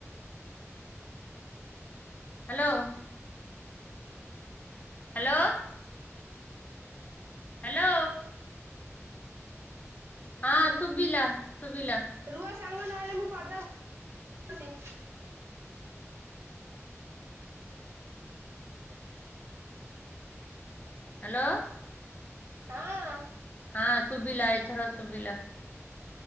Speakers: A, on the left; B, on the right.
A: ହାଲୋ। ହାଲୋ। ହାଲୋ। ହଁ ଶୁଭିଲା ଶୁଭିଲା।
B: ରୁହ ସାଙ୍ଗ ନହେଲେ ମୁଁ ପଦା ଯାଉଛି।
A: ହାଲୋ।
B: ହଁ।
A: ହଁ ଶୁଭିଲା ଏଥର ଶୁଭିଲା।